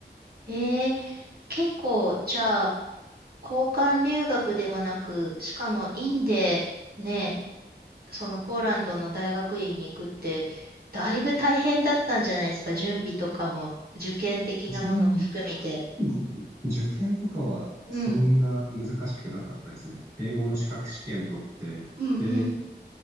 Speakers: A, on the right (about 60°); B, on the right (about 15°).
A: えー、結構、じゃあ、交換留学でもなく、しかもインでね、そのポーランドの大学院に行くって、だいぶ大変だったんじゃないですか、準備とかも、受験的なものも含めて。
B: 準、<laughs> 受験とかはそんな難しくなかったですね。
A: うん、
B: 英語の資格試験取って、
A: うん、
B: で、
A: うん、